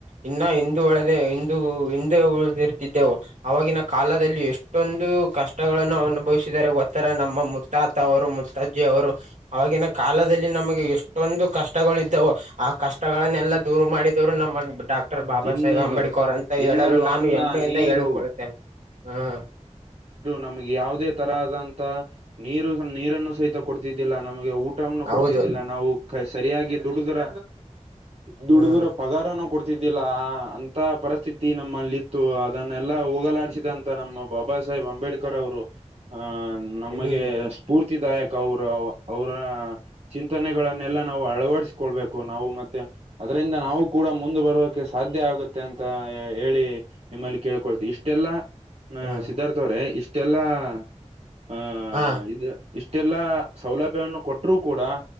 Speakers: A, on the right; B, on the right.
A: ಇನ್ನ ಹಿಂದೂ ಒಳದ ಹಿಂದು ಹಿಂದೂ ಉಳ ಇರ್ತಿದ್ದೆವು. ಆವಾಗಿನ ಕಾಲದಲ್ಲಿ ಎಷ್ಟೊಂದು ಕಷ್ಟಗಳನ್ನು ಅನುಭವಿಸಿದರೆ ಗೊತ್ತರ ನಮ್ಮ ಮುತ್ತಾತ ಅವರು ಮತ್ ಮುತ್ತಜ್ಜಿ ಅವರು ಆವಾಗಿನ ಕಾಲದಲ್ಲಿ ನಮಗೆ ಎಷ್ಟೊಂದು ಕಷ್ಟಗಳು ಇದ್ದವು. ಆ ಕಷ್ಟಗಳನ್ನೆಲ್ಲಾ ದೂರು ಮಾಡಿದವ್ರು ನಮ್ಮ ಡಾಕ್ ಡಕ್ಟರ್ ಬಾಬಾ
B: ತಿನ್ನಲು
A: ಸಾಹೇಬ್ ಅಂಬೇಡ್ಕರ್ ಅಂತ
B: ತಿನ್ನಲು
A: ಹೇಳಲು ನಾನು
B: ಅನ್ನ
A: ಹೆಮ್ಮೆಯಿಂದ
B: ನೀರು
A: ಹೇಳಿಕೊಳ್ಳುತ್ತೇನೆ. ಹ್ಮ್
B: ನಮಗೆ ಯಾವುದೇ ತರಹದಂತ ನೀರು ನೀರನ್ನು ಸಹಿತ ಕೊಡ್ತಿದ್ದಿಲ್ಲ ನಮಗೆ ಊ ಟನ್ನು
A: ಹೌದು
B: ಕೊಡ್ತಿದ್ದಿಲ್ಲ ನಾವು ಸರಿಯಾಗಿ ದುಡದರ ದುಡದರ
A: ಹ್ಮ್
B: ಪಗಾರನ್ನೂ ಸಹಿತ ಕೊಡ್ತಿರಲಿಲ್ಲ. ದಿಲ್ಲ ಅಂತ ಪರಿಸ್ಥಿತಿ ನಮ್ಮಲ್ಲಿ ಇತ್ತು ಅದನ್ನೆಲ್ಲಾ ಹೋಗಲಾಡಿಸಿದಂತ. ನಮ್ಮ ಬಾಬಾ ಸಾಹೇಬ್ ಅಂಬೇಡ್ಕರ್ ಅವರು ಅಹ ನಮಗೆ.
A: ಹ್ಮ್
B: ಸ್ಫೂರ್ತಿದಾಯಕ ಅವರು ಅವರ. ಚಿಂತನೆಗಳನ್ನೆಲ್ಲಾ ನಾವು ಅಳವಡಸ್ಕೊಳ್ಬೇಕು ನಾವು ಮತ್ತೆ. ಅದರಿಂದ ನಾವು ಕೂಡ ಮುಂದೆ ಬರೋಕ್ಕೆೆ ಸಾಧ್ಯ ಆಗುತ್ತೆ ಅಂತ ಹೇಳಿ. ನಿಮ್ಮಲ್ಲಿ ಕೇಳ್ಕೊಳ್ತಿನೀ ಇಷ್ಟೆಲ್ಲ. ಹ
A: ಹ್ಮ್
B: ಸಿದ್ಧಾರ್ಥ ಅವ್ರೆ ಇಷ್ಟೆಲ್ಲಾ ಆ
A: ಹಾ
B: ಇದು. ಇಷ್ಟೆಲ್ಲಾ ಸೌಲಭ್ಯವನ್ನು ಕೊಟ್ಟರು ಕೂಡ